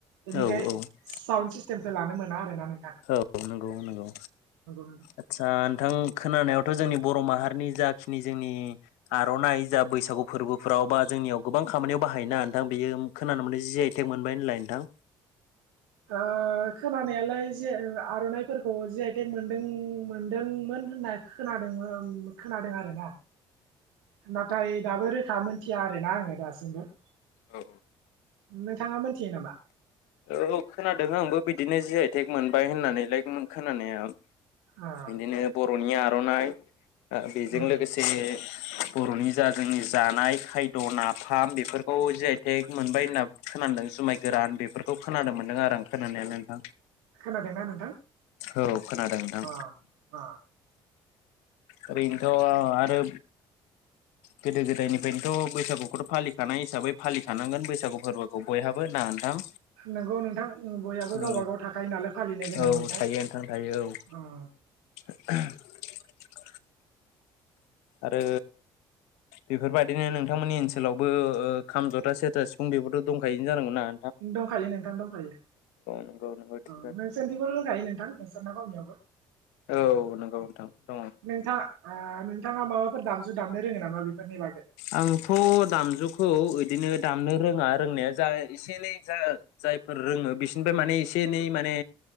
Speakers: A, on the right; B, on the left.
A: बेनिखाय
B: औ औ
A: साउन्ड सिस्टेमखो लानो मोना आरोना नों।
B: औ नंगौ नंगौ
A: नोंथां
B: आदसा। ओ नोंथां खोनानायावथ' जोंनि बर' माहारिनि जाखिनि जोंनि आर'नाइ जा बैसागु फोरबोफ्राव बा जोंनियाव गोबां खामानियाव बाहायोना नोंथां बेयो खोनानो मोनदों जि आइ टेक मोनबाय होनलाय नोंथां।
A: ओ खोनानायालाय जे ओ आर'नाइफोरखौ जे आइटेक मोनदों मोनदोंमोन होनना खोनादों ओं। खोनादों आरो ना। नाथाय। दाबो रोखा मोनथिया आरोना आङो दासिमबो।
B: औ।
A: नोंथाङा मोनथियो नामा।
B: औ खोनादों आंबो बिदिनो जि आइ थेक मोनबाय होननानै लाइक खोनानाया।
A: ओ
B: बिदिनो बरनि आ र'नाय। ओ बेजों
A: उम
B: लोगोसेनो। बर'नि जा जोंनि जानाय खायद' नाफाम बेफोरखौ जि आइ तेक मोनबाय होनना खोनादों जुमाय गोरान बेफोर। खौ खोनादों मोन्दों आरो आं खोनानायालाय नोंथां।
A: खोनादोंना नोंथां
B: औ खोनादों नोंथां
A: अ अ
B: ओरैनोथ' आरो। गोदो गोदायनिफ्रायनोथ' बैसागुखौथ' फालिखानाय हिसाबै फालिखानांगोन बैसागु फोरबोखौ बयहाबो ना नोंथां।
A: नोंगौ नोंथां बयाबो गावबागाव
B: औ
A: थाखायो नालाय फालिनो गोनां
B: औ
A: मोनथाय
B: थायो नोंथां थायो औ
A: उम।
B: <inaudible> आरो बेफोरबायदिनो नोंथांमोननि ओनसोलावबो ओ खाम जथा सेरथा सिफुं बेबोथ' दंखायोनो जानांगौ ना।
A: दंखायो नोंथां दंखायो
B: नंगौ नंगौ थिगानो
A: औ नोंसोरथिबो दंखायो नोंथां नोंसोरना गावनियावबो।
B: औ नंगौ। नोंथां दङ
A: नोंथां। ओ नोंथाङा माबाफोर दामजु। दामनो रोङो नामा बेफोरनि बागै।
B: आंथ' दामजुखौ इदिनो दामनो रोङा रोंनाया जा एसे एनै जा जायफोर रोङो बिसोरनिफ्राय माने एसे एनै माने